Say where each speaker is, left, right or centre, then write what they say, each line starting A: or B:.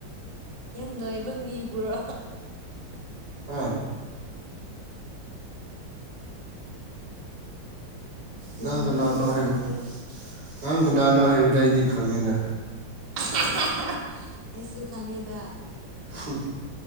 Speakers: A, on the right; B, on the right.
A: ꯌꯥꯝ ꯅꫭꯏꯕ ꯃꯤꯕꯨꯔꯣ
B: ꯍꯥ ꯅꯪ
A: ꯌꯥꯝ
B: ꯀꯅꯥꯅꯣ
A: ꯅꯣꯏꯕ
B: ꯍꯥꯏꯌꯨ
A: ꯃꯥꯜꯂꯦ
B: ꯅꯪ ꯀꯅꯥꯅꯣ ꯍꯥꯏꯕꯗ ꯑꯩꯗꯤ ꯈꯪꯉꯦꯅ
A: <unintelligible> ꯑꯩꯁꯨ ꯈꯪꯉꯤꯗ
B: ꯍꯪ